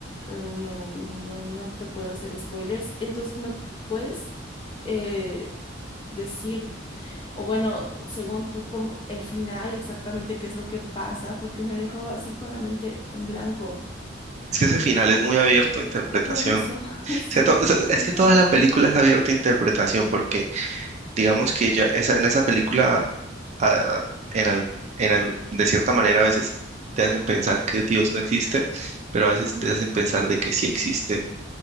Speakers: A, on the left; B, on the right.
A: eh, no, no, no te puedo hacer spoilers. Entonces, ¿me puedes eh, decir, o bueno, según tú, cómo- el final exactamente qué es lo que pasa? Porque me dejó así con la mente en blanco.
B: Es que ese final es muy abierto a interpretación.
A: Por eso, <laughs>
B: O
A: sí,
B: sea, to-
A: es
B: o
A: lo
B: sea,
A: que pensaba.
B: es que toda la película es abierta a interpretación porque digamos que ya esa, en esa película, ah, en al- en algo- de cierta manera a veces te hacen pensar que Dios no existe, pero a veces
A: Ujú.
B: te hacen pensar de que sí existe.